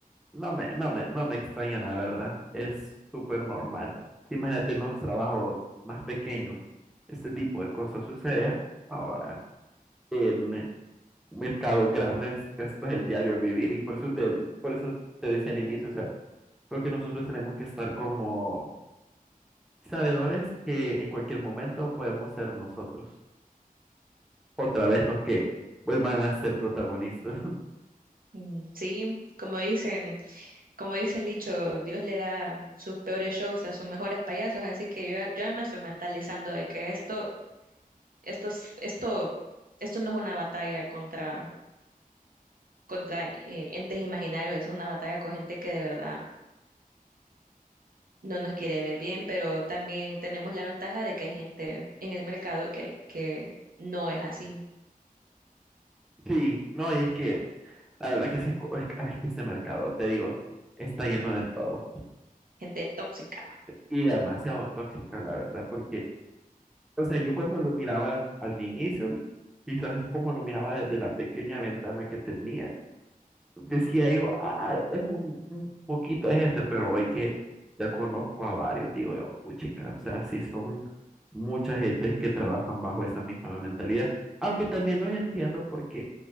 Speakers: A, in the centre; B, on the right (about 70°).
A: no me, no me, no me extraña, la verdad. Es súper normal. Sí, Imagínate en los trabajos más pequeños, este tipo de cosas sucede. Ahora, en mercados grandes, esto es el diario vivir y por eso te, por eso te decía al inicio, o sea, creo que nosotros tenemos que estar como sabedores que en cualquier momento podemos ser nosotros, otra vez los que vuelvan a ser protagonistas. <laughs>
B: Mm, Sí, como dicen, como dice el dicho, Dios le da sus peores shows a sus mejores payasos, así que yo, ya- yo ya me estoy mentalizando de que esto, esto, es- esto, esto no es una batalla contra, contra eh, entes imaginarios, es una batalla con gente que de verdad no nos quiere ver bien, pero también tenemos la ventaja de que hay gente en el mercado que, hay- que no es así,
A: Sí, no, y es que la verdad que, se, es que ese mercado, te digo, está lleno de todo.
B: gente tóxica,
A: y demasiado tóxica, la verdad, porque, o sea, yo cuando lo miraba al inicio, quizás como lo miraba desde la pequeña ventana que tenía, decía yo, ah, es un, un poquito de gente, pero hoy que ya conozco a varios, digo yo, puchica, o sea, sí son muchas gentes que trabajan bajo esa misma mentalidad, aunque también los entiendo porque